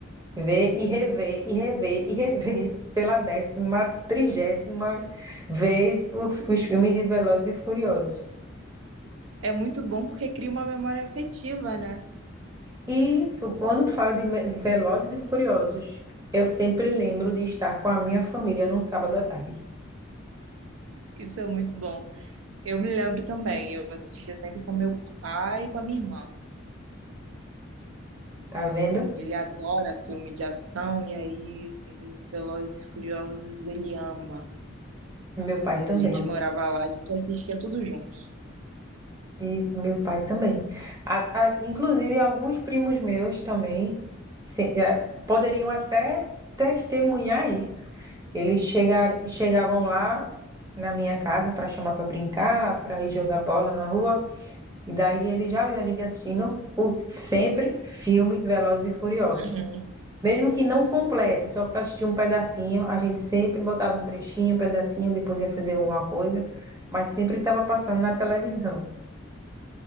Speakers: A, on the right; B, on the right.
A: Ver e rever, e rever, e rever <laughs> pela décima, trigésima vez o- os filmes de Velozes e Furiosos.
B: É muito bom porque cria uma memória afetiva, né?
A: E Isso, quando fala de me- Velozes e Furiosos, eu sempre lembro de estar com a minha família num sábado à tarde.
B: Isso é muito bom. Eu me lembro também, eu assistia sempre com meu pai e com a minha irmã.
A: Tá vendo?
B: Ele adora filme de ação e aí Velozes e Furiosos ele ama.
A: Meu pai
B: Quando
A: também.
B: a gente morava lá, a gente assistia tudo junto.
A: E meu pai também. A- a- inclusive, alguns primos meus também se- eh, poderiam até testemunhar isso. Eles chegar, chegavam lá na minha casa para chamar para brincar, para ir jogar bola na rua, e daí eles já viam a gente assistindo o, sempre filme Velozes e Furiosos.
B: Uhum.
A: Mesmo que não completo, só para assistir um pedacinho, a gente sempre botava um trechinho, um pedacinho, depois ia fazer alguma coisa, mas sempre estava passando na televisão.